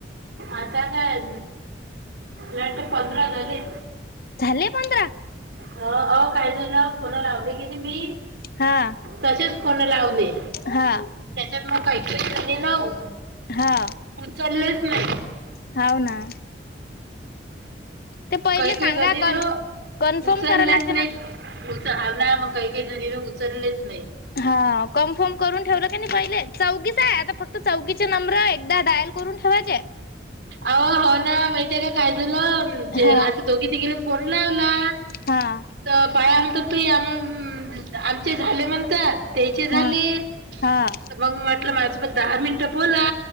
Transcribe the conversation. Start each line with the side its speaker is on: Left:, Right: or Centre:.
Right: आता काय लाट पंधरा झाले
Left: झाले पंधरा
Right: ह आओ काय झाल फोन लावली गेली मी
Left: हा
Right: तसेच फोन लावले
Left: हा
Right: त्याच्यात मग का एकवीस आणि नऊ
Left: हा
Right: ऊचलेच नाही
Left: हव ना ते पहिले
Right: काही काही
Left: सांगा
Right: जणी
Left: कन
Right: न
Left: कन्फर्म
Right: उचलल्याच
Left: करायला लागते
Right: नाहीत
Left: ना.
Right: उच हाव ना मग काही काही झणीने उचललेच नाही
Left: हा कन्फार्म करून ठेवल का नाही पहिले चौगिच आहे आता फक्त चौगीचे नंबर आहे एकदा डायल करून ठेवायचे
Right: आहो हावना माहिती आहे का काय झाल जे
Left: हा
Right: आता दोघी तघेले फोन लावला
Left: हा
Right: ते बाया म्हणत तु आ आमचे झाले म्हणतात त्याचे झाले
Left: हा
Right: तर
Left: हा
Right: मग म्हटल माझ्या सोबत दहा मिनट बोला